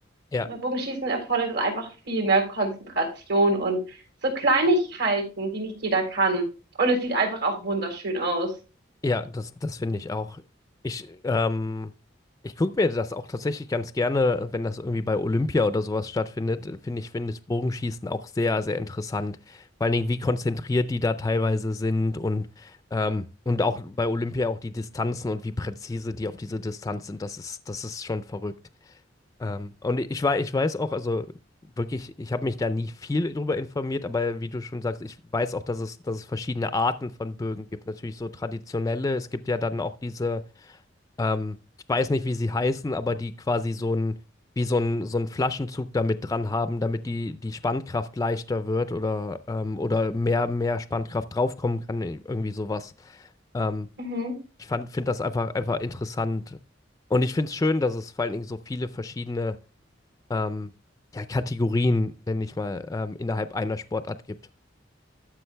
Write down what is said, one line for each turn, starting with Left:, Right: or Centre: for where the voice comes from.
Left: Ja.
Right: Und beim Bogenschießen erfordert es einfach viel mehr Konzentration und so Kleinigkeiten, die nicht jeder kann. Und es sieht einfach auch wunderschön aus.
Left: Ja, das, das finde ich auch. Ich, ähm, ich gucke mir das auch tatsächlich ganz gerne, wenn das irgendwie bei Olympia oder sowas stattfindet, finde ich, finde ich Bogenschießen auch sehr, sehr interessant. Vor allen Dingen, wie konzentriert die da teilweise sind und, ähm, und auch bei Olympia auch die Distanzen und wie präzise die auf diese Distanz sind, das ist, das ist schon verrückt. Ähm, und ich weiß, ich weiß auch, also wirklich, ich habe mich da nie viel drüber informiert, aber wie du schon sagst, ich weiß auch, dass es, dass es verschiedene Arten von Bögen gibt. Natürlich so traditionelle, es gibt ja dann auch diese, ähm, ich weiß nicht, wie sie heißen, aber die quasi so ein, wie so ein, so ein Flaschenzug damit dran haben, damit die, die Spannkraft leichter wird oder, ähm, oder mehr, mehr Spannkraft draufkommen kann, irgendwie sowas. Ähm,
Right: Mhm.
Left: ich fand, finde das einfach, einfach interessant. Und ich finde es schön, dass es vor allen Dingen so viele verschiedene ähm, ja, Kategorien, nenne ich mal, ähm, innerhalb einer Sportart gibt.